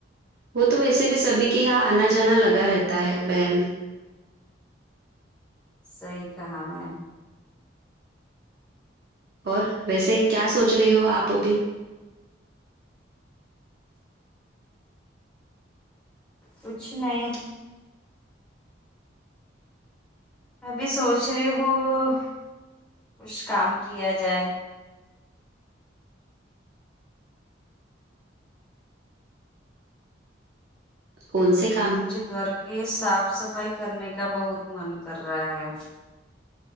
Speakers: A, on the right; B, in the centre.
A: وہ تو ویسے بھی سبھی کی یہاں آنا جانا لگا رہتا ہے بہن
B: صحیح کہا بہن
A: اور ویسے کیا سوچ رہی ہو آپ ابھی
B: کچھ نہیں ابھی سوچ رہی ہوں کچھ کام کیا جائے
A: کون سے ک
B: مجھے گھر کے صاف صفائی کرنے کا بہت من کر رہا ہے